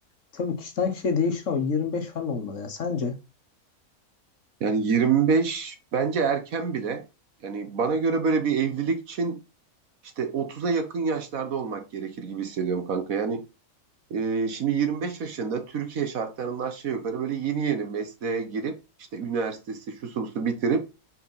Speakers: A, on the left; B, on the right.
A: tabii kişiden kişiye değişir ama 25 falan olmalı ya. Sence?
B: Yani 25 bence erken bile. Yani bana göre böyle bir evlilik için İşte 30'a yakın yaşlarda olmak gerekir gibi hissediyorum kanka. Yani e, şimdi 25 yaşında Türkiye şartlarının aşağı yukarı böyle yeni yeni mesleğe girip işte üniversitesi şusu busu bitirip